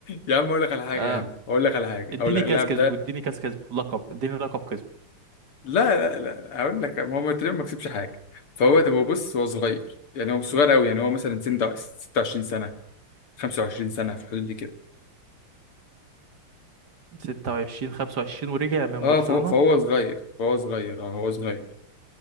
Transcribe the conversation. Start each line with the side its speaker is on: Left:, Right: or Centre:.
Left: يا عم اقول لك على حاجه
Right: آه،
Left: يا عم اقول لك على حاجه
Right: اديني
Left: اقول لك
Right: كاس
Left: اللاعب
Right: كسبه
Left: ده
Right: اديني كاس كسبه لقب اديني لقب كسبه
Left: لا لا لا لا، اقول لك ما هو تقريبا ما كسبش حاجه فهو طب هو بص هو صغير يعني هو مش صغير قوي يعني هو مثلا سن 26 سنه 25 سنه في الحدود دي كده
Right: 26 25 ورجع من
Left: اه
Right: برشلونة
Left: فهو, فهو صغير فهو صغير اه هو صغير